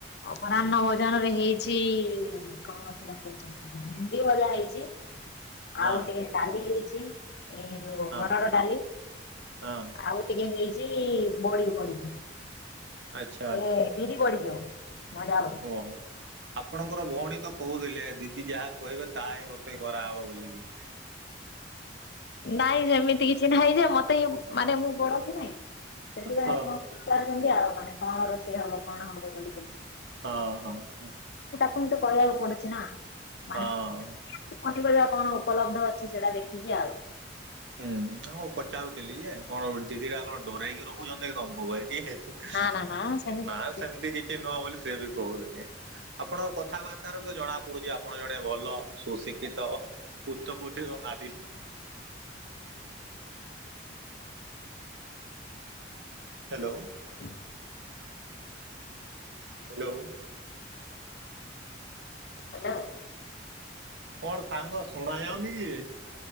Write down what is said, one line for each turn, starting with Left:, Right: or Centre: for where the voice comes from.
Left: ଅପରାହ୍ନ ଭୋଜନ ରେ ହେଇଛି କଣ ସେଇଟା କହୁଛନ୍ତି ଭେଣ୍ଡି ଭଜା ହେଇଛି।
Right: ହଁ
Left: ଆଉ ଟିକେ ଡାଲି ହେଇଛି। ଏଇ ଯୋଉ
Right: ହଁ
Left: ହରଡ ଡାଲି,
Right: ହଁ
Left: ଆଉ ଟିକେ ହେଇଛି ବଡି, ବଡି।
Right: ଆଚ୍ଛା
Left: ସେ ବିରି ବଡି ଯୋଉ ଭଜ ବଡି।
Right: ହଁ। ଆପଣଙ୍କର ଭଉଣୀ ତ କହୁଥିଲେ ଦିଦି ଯାହା କହିବେ ତାହା ହିଁ ରୋଷେଇ କରାହେବ ବୋଲି।
Left: ନାଇଁ ଯେମିତି କିଛି ନାହିଁ ଯେ ମତେ ହିଁ ମାନେ ମୁଁ ବଡ କି ନାଇଁ ସେଥିପାଇଁ
Right: ହଁ
Left: କଣ ପଚାରୁଛନ୍ତି ଆଉ ମାନେ କଣ ରୋଷେଇ ହବ କଣ ହବ ବୋଲିକି।
Right: ହଁ, ହଁ, ହଁ।
Left: କଣଟେ କହିଆକୁ ପଡୁଚୁ ନା। ମାନେ
Right: ହଁ।
Left: ପନିପରିବା କଣ ଉପଲବ୍ଧ ଅଛି ସେଇଟା ଦେଖିକି ଆଉ।
Right: ହୁଁ ଆଉ ମୁଁ ପଚାରୁଥିଲି ଯେ, କଣ ଦିଦିଟା କଣ ଡରେଇକି ର କହୁଛନ୍ତି କି ତମକୁ?
Left: ନା ନା ନା ସେମିତି
Right: ନା
Left: କିଛି
Right: ସେମିତି କିଛି ନୁହଁ ବୋଲି ସେ ବି କହୁଥିଲେ। ଆପଣଙ୍କ କଥାବା ର୍ତ୍ତାରୁ ତ ଜଣା ପଡୁଚି ଆପଣ ଜଣେ ଭଲ ସୁଶିକ୍ଷିତ ଉଚ୍ଚ କୋଟିର ନାରୀ। ହେଲୋ।
Left: ହଁ
Right: ହେଲୋ।
Left: ହାଲୋ।
Right: କଣ ସାଙ୍ଗ ଶୁଣା ଯାଉନି କି?